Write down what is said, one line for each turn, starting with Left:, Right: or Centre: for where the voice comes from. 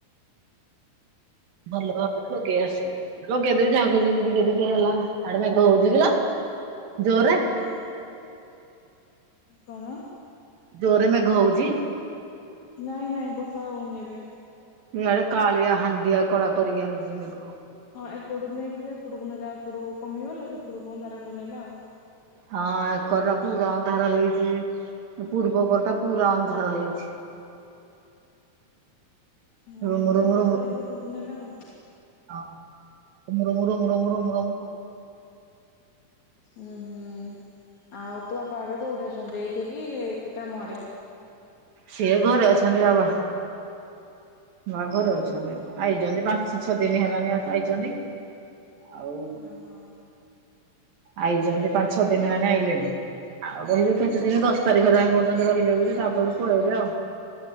Right: ଭଲ ଭାବରେ ଲଗେଇ ଆସେନି। ଲଗେଇ ଦେବି ଯାହାକୁ ଯିଁତି ଟିକେ ଟିକେ ହେଲା। ହାଡେ ମେଘ ହଉଛି କିଲୋ! ଜୋରେ!
Left: ଏ କଣ?
Right: ଜୋରେ ମେଘ ହଉଛି!
Left: ନାଇଁ, ନାଇଁ, ବର୍ଷା ହଉନି ଏବେ।
Right: ଇଆଡେ, କାଳିଆ ହାଣ୍ଡିଆ କଳା କରିକି ଆଇଛି ମେଘ।
Left: ଏପଟୁକୁ ନେଇକିରି ହେପଟକୁ ନେଲା। ଏପଟକୁ କମିଗଲା। ସେପଟକୁ ଅନ୍ଧାର କରି ନେଲା ଆଉ।
Right: ହଁ, ଏକର ପୁରା ଅନ୍ଧାର ହେଇଚି। ପୂର୍ବକର ଟା ପୁରା ଅନ୍ଧାର ହେଇଛି।
Left: ହଁ
Right: ହ
Left: ଏପଟୁ
Right: ମୋର
Left: ବର୍ଷା
Right: ମୋର <inaudible>
Left: କରିକି ଏପଟକୁ ନେଲା ଆଉ।
Right: ହଁ, ରୋମ ରୋମ ରୋମ ରୋମ।
Left: ଉଁ ହୁଁ, ଆଉ, ତୋ ବାପା ଏବେ କୋଉଠେ ଅଛନ୍ତି? ଏଇଠି କି କାମଆଡେ?
Right: ସିଏ ଘରେ ଅଛନ୍ତି ବାବା। ବା ଘରେ
Left: ହୁଁ
Right: ଅଛନ୍ତି
Left: ହୁଁ।
Right: ଏବେ। ଆଇଛନ୍ତି ପା! ସେ ଛଅ ଦିନି ହେଲାଣି ଆଇଛନ୍ତି। ଆଉ
Left: ଓହୋ।
Right: ଆଇଚନ୍ତି, ପାଞ୍ଚ ଛଅ ଦିନ ହେଲାଣି ଆଇଲେଣି। ଆଉ, ରହିବେ କେତେ ଦିନି? ଦଶ ତାରିଖ ଯାଏଁ କହୁଛନ୍ତି ରହିବେ ବୋଲି। ତା 'ପରଠୁ ପଳେଇବେ ଆଉ।